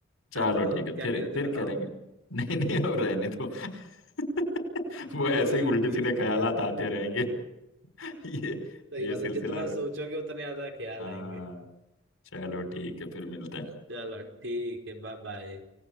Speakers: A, on the left (about 85°); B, on the right (about 70°).
A: चलो
B: हाँ बताओ
A: ठीक है
B: क्या
A: फिर
B: कह रहे
A: फिर
B: थे बताओ
A: करेंगे <laughs> नहीं नहीं अब रहने दो <laughs> वो ऐसे
B: ठीक
A: ही उल्टे
B: ठीक
A: सीधे ख्यालात
B: ठीक
A: आते रहेंगे <laughs> ये
B: सही
A: ये
B: बात
A: सिलसिला
B: है जितना
A: <laughs>
B: सोचोगे उतने ज्यादा ख्याल
A: हाँ
B: आएंगे <laughs>
A: चलो ठीक है फिर मिलते हैं
B: चलो ठीक है बाय बाय